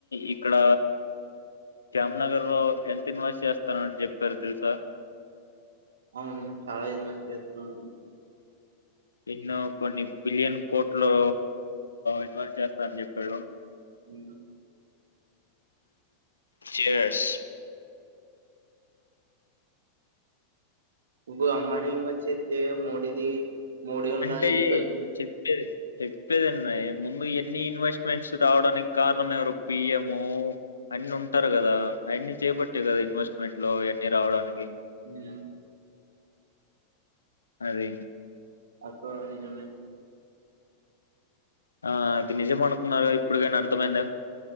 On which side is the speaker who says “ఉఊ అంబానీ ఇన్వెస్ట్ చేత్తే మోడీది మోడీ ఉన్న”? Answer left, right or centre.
Right